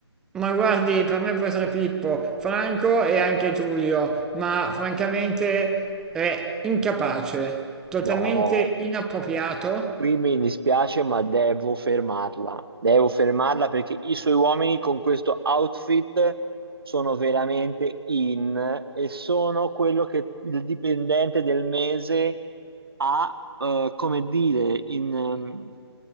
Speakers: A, in the centre; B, on the right (about 60°).
A: Ma guardi, per me può essere Pippo, Franco e anche Giulio, ma francamente è incapace, totalmente
B: No,
A: inappropriato.
B: qui mi dispiace, ma devo fermarla. Devo fermarla perché i suoi uomini con questo outfit sono veramente in e sono quello che il dipendente del mese ha, eh, come dire, in... ehm,